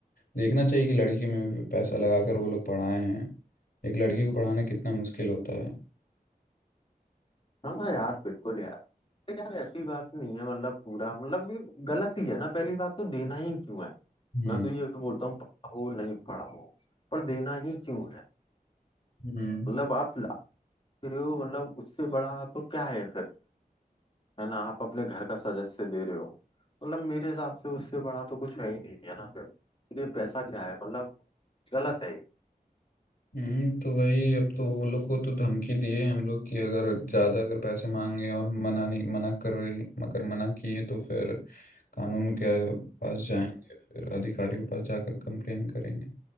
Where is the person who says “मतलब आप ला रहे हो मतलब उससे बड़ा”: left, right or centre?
Left